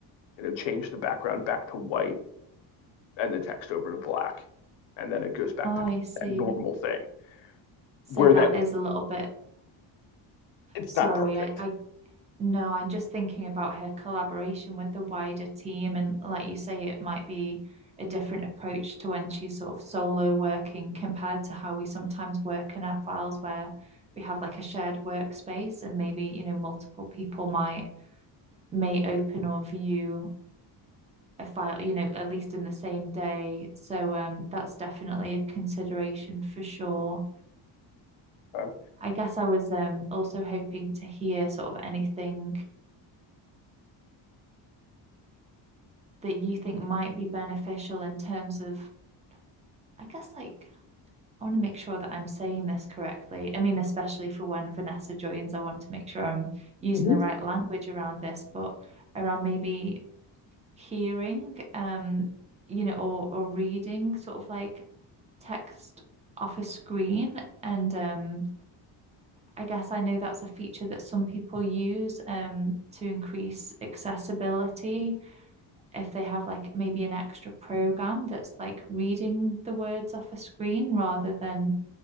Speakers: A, on the left; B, on the right.
A: you know, change the background back to white and the text over to black, and then it goes back
B: Oh,
A: to that
B: I see.
A: normal thing
B: So
A: where
B: that
A: that
B: is a little bit
A: it's
B: sorry.
A: not perfect.
B: I, I no, I'm just thinking about her collaboration with the wider team. And like you say, it might be a different approach to when she's sort of solo working compared to how we sometimes work in our files where we have like a shared workspace and maybe, you know, multiple people might may open or view a file, you know, at least in the same day. So um that's definitely a consideration for sure.
A: Uh,
B: I guess I was um, also hoping to hear sort of anything that you think might be beneficial in terms of, I guess, like, I want to make sure that I'm saying this correctly. I mean, especially for when Vanessa joins, I want to make sure I'm using
A: Mhm.
B: the right language around this, but around maybe hearing, um, you know, or or reading sort of like text off a screen and um I- guess I know that's a feature that some people use um, to increase accessibility. If they have like maybe an extra program that's like reading the words off a screen rather than